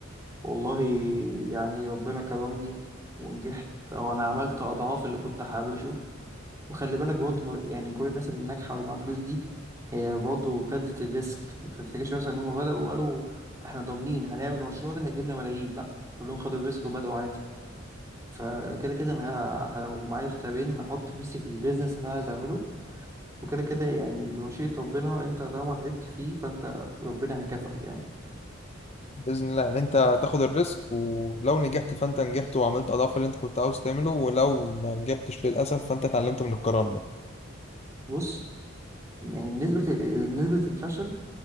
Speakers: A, on the right (about 15°); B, on the left (about 30°).
A: والله يعني ربنا كرمني ونجحت او انا عملت اضعاف اللي كنت حوشه وخلي بالك برضه م- يعني كل الناس اللي ناجحه واللي معاها فلوس دي هي برضه خدت الريسك ما تفتكرش مثلا ان هم بداوا قالوا احنا ضامنين هنعمل المشروع ده هيجي لنا ملايين لا كلهم خدوا الريسك وبداوا عادي فكده كده انا ه... ه- لو معايا اختيارين هحط فلوسي في البيزنس اللي انا عايز اعمله وكده كده يعني بمشيئة ربنا انت طالما تعبت فيه فانت ربنا هيكافئك يعني
B: بإذن الله ان انت تاخد الريسك ولو نجحت فانت نجحت وعملت اضعاف اللي انت كنت عاوز تعمله ولو ما نجحتش للأسف فانت اتعلمت من القرار ده
A: بص يعني نسبة ال- نسبة الفشل